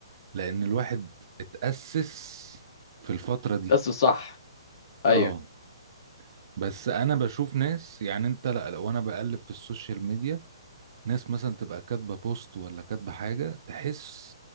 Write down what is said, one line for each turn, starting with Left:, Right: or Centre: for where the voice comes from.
Right: لان الواحد اتأسس في الفترة دي
Left: بس الصح ايوه
Right: اه بس انا بشوف ناس يعني انت لا لو انا بقلب في السوشيال ميديا ناس مثلا تبقى كاتبة بوست ولا كاتبة حاجة تحس